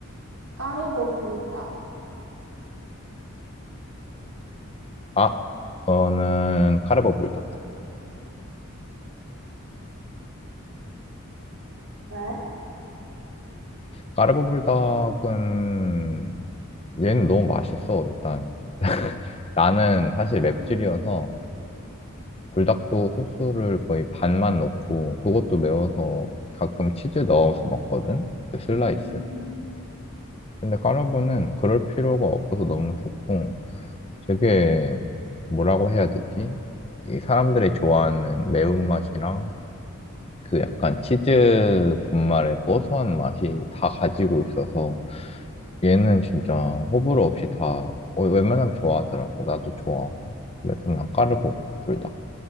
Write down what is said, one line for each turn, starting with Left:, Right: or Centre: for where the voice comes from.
Right: 까르보 불닭.
Left: 아, 그거는 카르보 불닭.
Right: 네?
Left: 까르보불닭은 얘는 너무 맛있어, 일단. 나는 사실 맵찔이어서
Right: 음,
Left: 불닭도 소스를 거의 반만 넣고 그것도 매워서 가끔 치즈 넣어서 먹거든? 그 슬라이스?
Right: 음.
Left: 근데 까르보는 그럴 필요가 없어서 너무 좋고 되게 뭐라고 해야 되지? 이 사람들이 좋아하는 매운맛이랑 그 약간 치즈 분말의 고소한 맛이 다 가지고 있어서 얘는 진짜 호불호 없이 다 어, 웬만하면 좋아하더라고. 나도 좋아하고. 그래서 난 까르보 불닭.